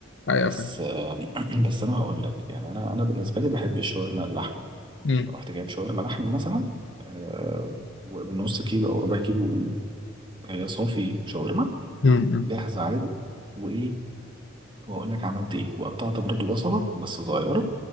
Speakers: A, on the left (about 65°); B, on the right (about 25°).
A: ايوه
B: بس
A: فاهم
B: <clears throat> بس انا هقول لك يعني انا انا بالنسبه لي بحب الشاورما اللحمه
A: امم
B: فرحت جايب شاورما لحمه مثلا آه، ومن نص كيلو او ربع كيلو هي صافي شاورما
A: امم، امم.
B: جاهزه عادي وايه واقول لك عملت ايه وقطعت برضو بصله بس صغيره